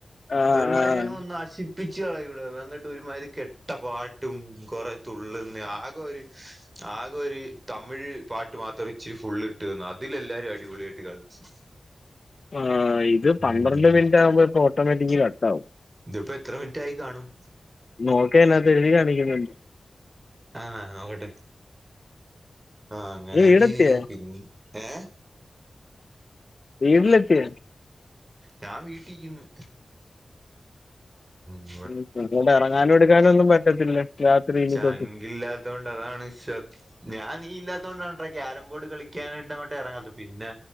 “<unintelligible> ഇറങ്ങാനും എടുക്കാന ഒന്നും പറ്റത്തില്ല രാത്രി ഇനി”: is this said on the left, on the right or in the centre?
Left